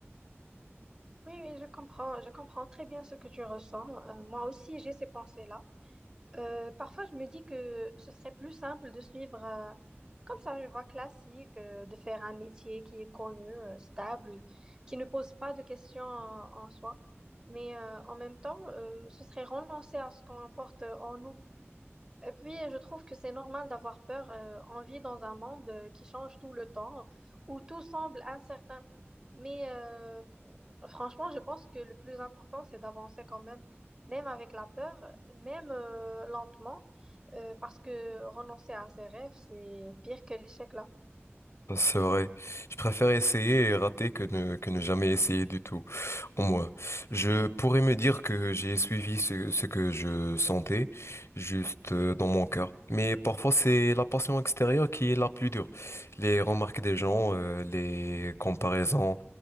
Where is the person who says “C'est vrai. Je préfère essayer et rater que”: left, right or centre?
Left